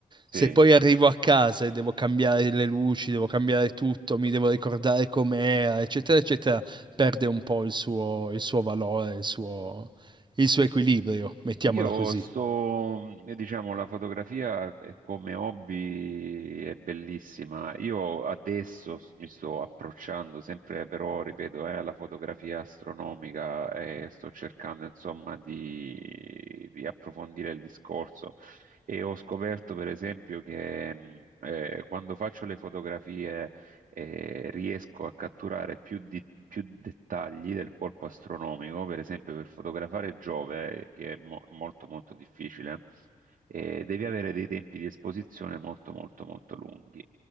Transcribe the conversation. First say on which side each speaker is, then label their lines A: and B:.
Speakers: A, on the right; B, on the right.
A: sì,
B: Se poi arrivo a casa e devo cambiare le luci, devo cambiare tutto, mi devo ricordare com'era, eccetera, eccetera, perde un po' il suo, il suo valore, il suo il suo equilibrio, mettiamola
A: Io
B: così.
A: sto, eh, diciamo, la fotografia eh, come hobby è bellissima. Io adesso s- mi sto approcciando sempre, però, ripeto, eh, alla fotografia astronomica e sto cercando, insomma, di, di approfondire il discorso. E ho scoperto, per esempio, che mh, eh, quando faccio le fotografie eh, riesco a catturare più, di- più dettagli del corpo astronomico, per esempio per fotografare Giove, eh, che è mo- molto molto difficile, eh, devi avere dei tempi di esposizione molto molto molto lunghi